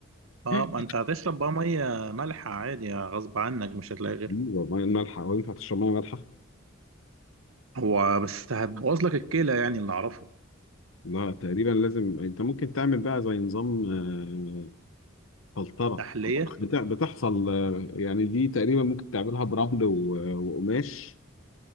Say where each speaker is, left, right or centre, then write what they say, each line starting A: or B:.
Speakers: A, on the right; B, on the left.
A: اه
B: <laughs>
A: ما انت هتشرب بقى ميه مالحه عادي غصب عنك مش هتلاقي غيرها
B: مية مالحة وينفع تشرب مية مالحة؟
A: هو بس هتبوظ لك الكلى يعني اللي اعرفه
B: لا تقريبا لازم انت ممكن تعمل بقى زي نظام آه، فلترة
A: تحليه
B: بتاع بتحصل آه، يعني دي تقريبا ممكن تعملها برمل و- وقماش